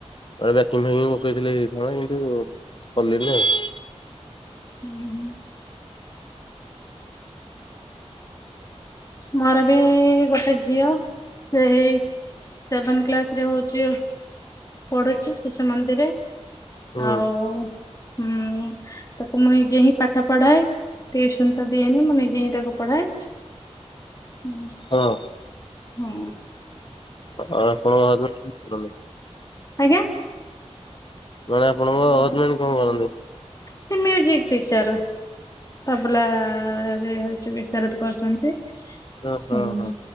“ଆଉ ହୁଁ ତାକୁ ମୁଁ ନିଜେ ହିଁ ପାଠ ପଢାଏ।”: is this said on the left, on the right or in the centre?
Left